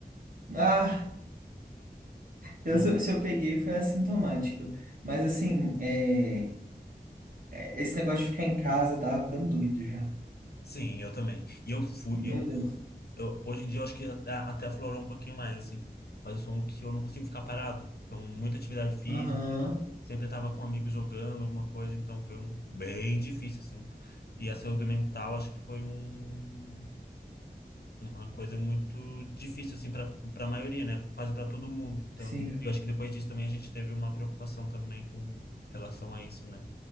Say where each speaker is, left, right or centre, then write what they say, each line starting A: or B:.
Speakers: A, on the right; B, on the left.
A: Ah, eu,
B: Né?
A: se eu se eu peguei foi assintomático. Mas assim, é, é, esse negócio de ficar em casa eu tava ficando doido já.
B: Sim, eu também. E eu fui,
A: Meu
B: eu,
A: Deus.
B: eu hoje em dia eu acho que até, até aflorou um pouquinho mais, assim. Mas eu sou um que eu não consigo ficar parado. Então, muita atividade física,
A: Aham,
B: sempre estava com um amigo jogando alguma coisa, então foi um bem difícil, assim. E a saúde mental acho que foi um, uma coisa muito difícil, assim, para para a maioria, né? Quase para todo mundo. Então,
A: sim.
B: eu acho que depois disso também a gente teve uma preocupação também com relação a isso, né?